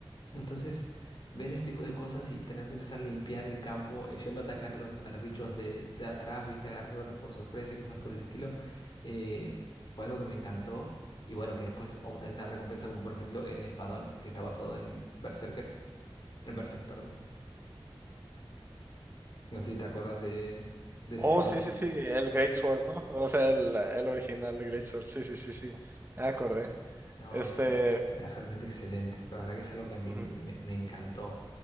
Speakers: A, on the left (about 55°); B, on the right (about 25°).
A: Entonces, ver ese tipo de cosas y tener que empezar a limpiar el campo, eh, yendo a atacar a los, a los bichos de, de atrás, viste, agarrándolos por sorpresa y cosas por el estilo, eh, fue algo que me encantó. Y bueno, que después obtenés la recompensa, como por ejemplo el espadón, que está basado en Berserker, en Berserk, perdón. No sé si te acuerdas de, de
B: Oh,
A: ese espadón.
B: sí, No. sí, sí, el Great Sword, ¿no? O sea, el, el original Great Sword, sí, sí, sí, sí, me acordé.
A: No,
B: Este,
A: ese es realmente excelente. La verdad que es algo que a mí
B: ujú.
A: me, me encantó.